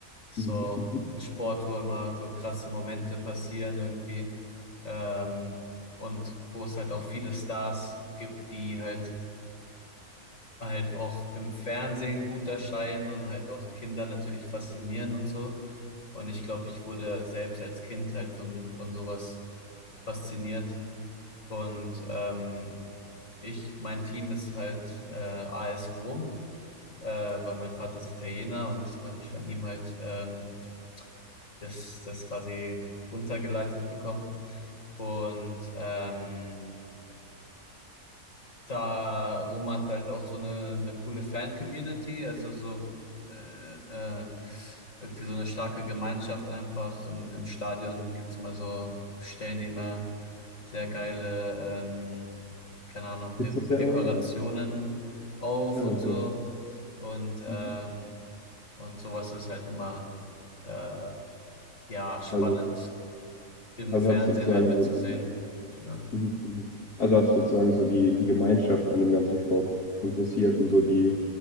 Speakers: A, on the left (about 55°); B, on the left (about 75°).
A: so
B: Mhm, mhm.
A: ein Sport, wo immer so krasse Momente passieren irgendwie. Ähm, und wo es halt auch viele Stars gibt, die halt halt auch im Fernsehen gut erscheinen und halt auch Kinder natürlich faszinieren und so. Und ich glaube, ich wurde selbst als Kind halt von, von sowas fasziniert. Und ähm, ich, mein Team ist halt äh, AS Rom, äh, weil mein Vater ist Italiener und dann habe ich von ihm halt ähm, das, das quasi runtergeleitet bekommen. Und ähm, darum hat halt auch so eine, eine coole Fan-Community, also so äh, äh, irgendwie so eine starke Gemeinschaft einfach. Im, im Stadion gibt's immer so Stellen, die immer sehr geile, ähm, keine Ahnung,
B: Jetzt
A: De
B: das ja,
A: Dekorationen
B: oder?
A: auf
B: Ah,
A: und
B: okay.
A: so. Und, ähm,
B: Mhm.
A: und sowas ist halt immer äh, ja spannend
B: Also,
A: im
B: also
A: Fernsehen
B: hatte ich sozusagen
A: halt mitzusehen.
B: so die
A: Ja,
B: Mhm, mhm. Also hat es sozusagen so die, die Gemeinschaft an dem ganzen Sport interessiert und so die,